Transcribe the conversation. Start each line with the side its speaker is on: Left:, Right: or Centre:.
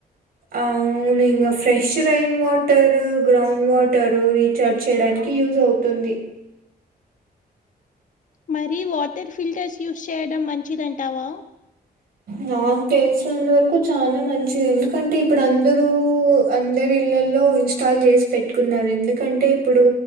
Right: అవును fresh rain water ground water రీ <unintelligible> చేయడానికి యూజ్ అవుతుంది
Left: మరి వాటర్ ఫిల్టర్స్ యూస్ చేయడం మంచిదింటావా
Right: నాకు తెలిసినంత వరకు చాలా మంచిది ఎందుకంటే ఇప్పుడు అందరుూ అందరి ఇళ్లల్లో ఇ ఇస్టాల్ చేసి పెట్టుకున్నారు ఎందుకంటే ఇప్పుడు